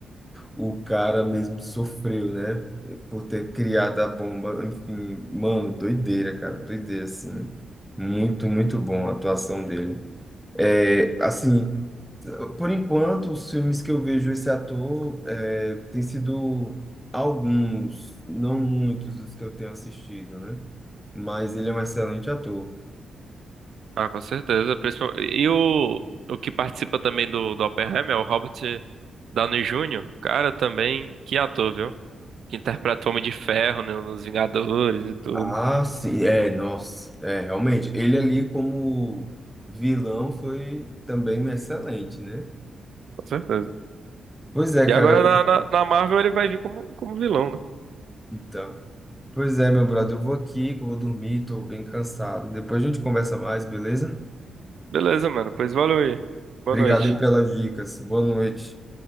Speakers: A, in the centre; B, on the right.
A: o cara mesmo sofreu, né? Por ter criado a bomba. Enfim, mano, doideira, cara. Doideira, assim. Muito, muito bom a atuação dele. É, assim, por enquanto, os filmes que eu vejo esse ator é, tem sido alguns, não muitos dos que eu tenho assistido, né? Mas ele é um excelente ator.
B: Ah, com certeza. principal- E o, o que participa também do, do Oppenheimer é o Robert Downey Jr. Cara, também que ator, viu? Que interpreta o Homem de Ferro né, nos Vingadores e tudo.
A: Ah, sim, é, nossa, é, realmente. Ele ali como vilão foi também excelente, né?
B: Com certeza.
A: Pois é,
B: E
A: cara.
B: agora na, na, na Marvel ele vai vir como, como vilão, né?
A: Então, pois é, meu brother, eu vou aqui, que eu vou dormir, tô bem cansado. Depois a gente conversa mais, beleza?
B: Beleza, mano. Pois valeu aí. Boa
A: Obrigado
B: noite.
A: aí Tá. pelas dicas. Boa noite.